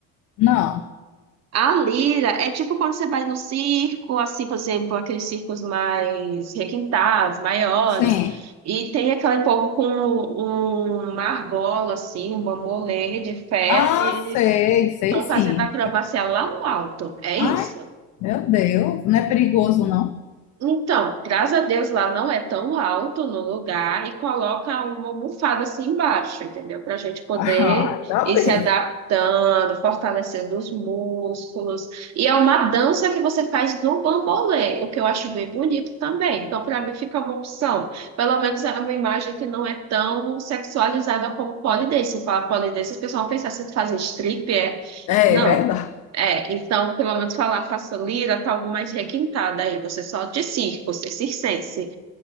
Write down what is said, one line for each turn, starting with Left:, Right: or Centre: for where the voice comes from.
Left: não,
Right: A lira é tipo quando você vai no circo, assim, por exemplo, aqueles circos mais requintados, maiores,
Left: sim.
Right: e tem aquele povo com um- uma argola, assim, um bambolê de ferro,
Left: Ah,
Right: e eles
Left: sei, sei
Right: estão
Left: sim.
Right: fazendo acrobacia lá no alto. É
Left: Ai,
Right: isso?
Left: meu Deus, não é perigoso, não?
Right: Então, graças a Deus lá não é tão alto no lugar e coloca uma almofada assim embaixo, entendeu? Para a gente
Left: <laughs>
Right: poder
Left: Ah, tá
Right: ir
Left: bem.
Right: se adaptando, fortalecendo os músculos. E é uma dança que você faz no bambolê, o que eu acho bem bonito também. Então, para mim, fica uma opção. Pelo menos é uma imagem que não é tão sexualizada como pole dance. Se fala pole dance, o pessoal pensa assim, fazer strip, é.
Left: É,
Right: Não.
Left: é verdade.
Right: É, então, pelo menos falar faço lira, tá algo mais requintada aí. Você só de circo, você circense.